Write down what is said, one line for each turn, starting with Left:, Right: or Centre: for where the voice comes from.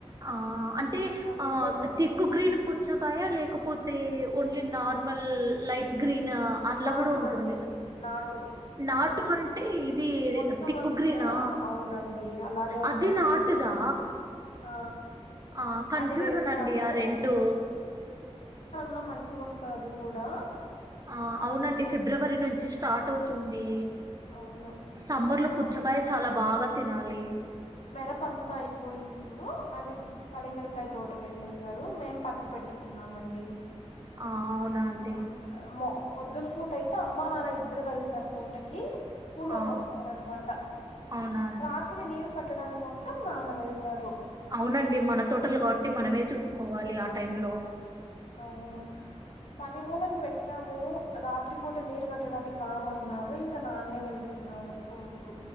Right: ఆ అంటే
Left: మంచి
Right: ఆ తిక్కు గ్రీన్ పూ చ్చకాయ లేకపోతే ఓన్లీ నార్మల్ లైట్ గ్రీన్ అట్లా
Left: నాటు
Right: కూడా ఉంటుంది
Left: అండి నాటువి
Right: నా టువాన్ అంటే ఇది
Left: మొత్తం
Right: తిక్కుగ్రీనా
Left: అంతా అవునండి అలానే ఉంటుంది
Right: అది నాటుదా
Left: ఆ
Right: ఆ కన్ఫ్యూజన్
Left: అది వేసాము
Right: అండి ఆ రెండు
Left: లో మంచిగా వస్తాది కూడా
Right: ఆ అవునండి ఫిబ్రవరి నుంచి స్టార్ట్ అవుతుంది
Left: అవును
Right: సమ్మర్ లో పుచ్చకాయ
Left: అది
Right: చాలా బాగా తినాలి
Left: మెరప అంతా అయిపోయింది ఇప్పుడు అది కలింగడకాయ తోట వేసేసారు మేం పత్తి పెట్టుకున్నామండి
Right: ఆ అవునా అండి
Left: మ్ మో పొద్దున పూట అయితే అమ్మ నాన్న ఇద్దరు వెళ్తారు తోటకి కీ కూలోళ్ళు
Right: ఆ
Left: వస్తారనమాట
Right: అవునా అండి
Left: రాత్రి నీరు కట్టడానికి మాత్రం నాన్న వెళ్తారు
Right: అవునండి మన తోటలు కాబట్టి మనమే చూసుకోవాలి ఆ టైంలో
Left: అవును పని వోళను పెట్టాము రాత్రి పూట నీరు కట్టడానికి రామన్నారు ఇంక నాన్నే వెళ్తున్నారు రోజు